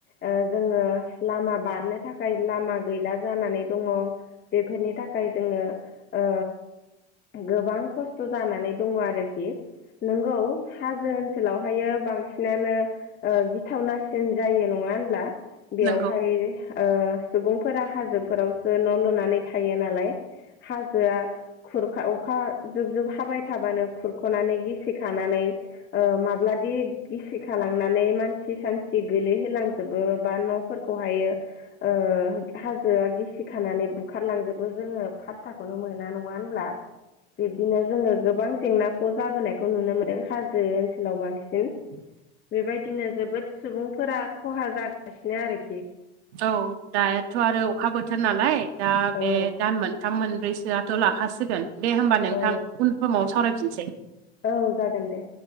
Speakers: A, on the left; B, on the right.
A: ओ जोंङो लामा बारनो थाखाय लामा गैला जानानै दङ। बेफोरनि थाखाय जोंङो ओ गोबां खस्थ' खस्थ' जानानै दङ आरोखि नोंगौ हाजो ओनसोलावहायो बांसिनानो गिथावनासिन जायो नङा होनब्ला बेवहाय
B: नंगौ
A: ओ सुबुंफोरा हाजोफोरावसो न' लुनानै थायो नालाय हाजोआ खुरखा अखा जुब जुब हाबाय थाबानो खुरख'नानै गिसिखानानै ओ माब्लादि गिसिखालांनानै मानसि सानसि गोलैहोलांजोबो बा न' फोरखौ हायो ओ हाजोआ गिसि खानानै बुखारलांजोबो जोंङो फात्ताखौनो मोना नङा होनब्ला बिब्दिनो जोंङो गोबां जेंनाखौ जाबोनायखौ नुनो मोनदों हाजो ओनसोलाव बांसिन।
B: <inaudible>
A: बेबायदिनो जोबोद सुबुंफोरा खहा जागासिनो आरोखि
B: औ दायाथ' आरो अखा बोथोर नालाय दा
A: औ
B: बे दान मोनथाम मोनब्रैसोआ थ' लाखाासिगोन दे होमबा नोंथां
A: औ
B: उन समाव सावरायफिनसै।
A: औ जागोन दे।